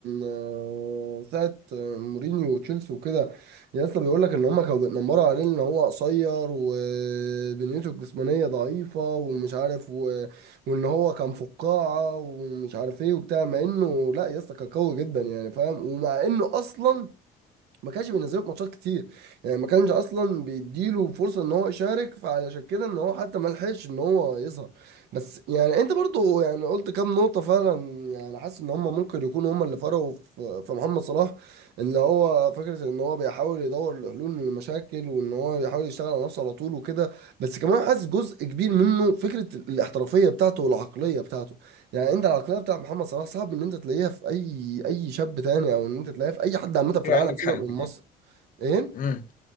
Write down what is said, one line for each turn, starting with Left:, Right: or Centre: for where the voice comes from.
Right: آه، ساعه آه، مورينيو وتشيلسي وكده يا اسطى بيقول لك ان هم كانوا بيتنمروا عليه ان هو قصير وبنيته الجسمانيه ضعيفه ومش عارف و... وان هو كان فقاعه ومش عارف ايه وبتاع مع انه لا يا اسطى كان قوي جدا يعني فاهم ومع انه اصلا ما كانش بينزله في ماتشات كتير يعني ما كانش اصلا بيديله فرصه ان هو يشارك فعلشان كده ان هو حتى ما لحقش ان هو يظهر بس يعني انت برضو يعني قلت كام نقطه فعلا يعني حاسس ان هم ممكن يكونوا هم اللي فرقوا في في محمد صلاح اللي هو فكره ان هو بيحاول يدور لحلول للمشاكل وان هو بيحاول يشتغل على نفسه على طول وكده بس كمان حاسس جزء كبير منه فكره الاحترافيه بتاعته والعقليه بتاعته يعني انت العقليه بتاع محمد صلاح صعب ان انت تلاقيها في اي اي شاب تاني او ان انت تلاقيها في اي حد عامه في
Left: ايوه
Right: العالم
Left: عندك
Right: سيبك
Left: حق
Right: من مصر
Left: طبعا
Right: ايه
Left: مم.